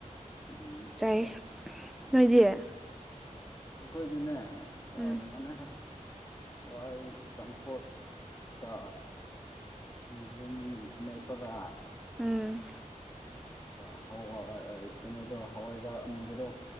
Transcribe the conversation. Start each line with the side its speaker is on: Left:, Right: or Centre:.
Left: ꯎꯝ
Centre: <unintelligible> ꯅꯣꯏꯗꯤ
Left: ꯑꯩꯈꯣꯏꯗꯤꯅꯦ ꯑꯁ
Centre: ꯎꯝ
Left: ꯑꯥ ꯀꯩꯅꯣꯅꯦꯗ ꯍꯋꯥꯏ ꯆꯥꯝꯐꯣꯠ ꯀ ꯍꯥꯡꯖꯤꯡ ꯑꯃꯦꯠꯄꯒ
Centre: ꯎꯝ
Left: ꯑꯗꯨꯒ ꯍꯋꯥꯏ ꯀꯩꯅꯣꯗꯣ ꯍꯋꯥꯏꯖꯥꯔ ꯑꯃꯨꯕꯗꯣ